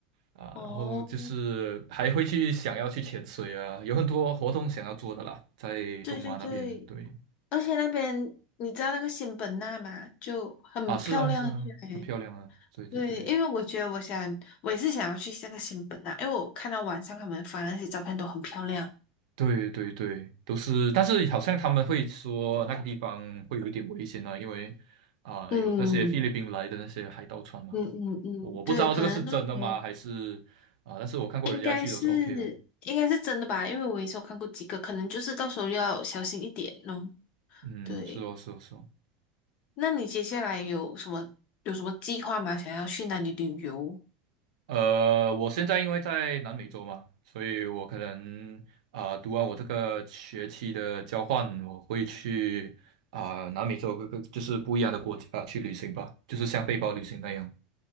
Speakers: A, on the right; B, on the left.
A: 啊，
B: 哦，
A: 然后就是还会去想要去潜水啊，有很多活动想要做的啦，在东马那边，
B: 对对对，
A: 对
B: 而且那边你知道那个仙本那吗？就很漂亮，
A: 啊，是啊是啊，
B: 诶。
A: 很漂亮啊，对对对
B: 对，因为我觉得我想，我也是想要去那个新本啊，因为我看到网上他们发那些照片都很漂亮。
A: 对对对，都是，但是好像他们会说那个地方会有一点危险啊，因为啊有那些菲律宾来的那些海盗船嘛，
B: 嗯嗯嗯嗯，
A: 我我不知道这个是真的吗，
B: 对，可能到时候
A: 还是啊，但是我看过人家去都是
B: 应该是应该是真的吧，
A: OK 的，
B: 因为我也是有看过几个，可能就是到时候要小心一点咯。
A: 嗯，
B: 对，
A: 是哦是哦是哦。
B: 那你接下来有什么有什么计划吗？想要去哪里旅游？
A: 呃，我现在因为在南美洲嘛，所以我可能啊、读完我这个学期的交换，我会去啊、南美洲各个就是不一样的国家去旅行吧，就是像背包旅行那样。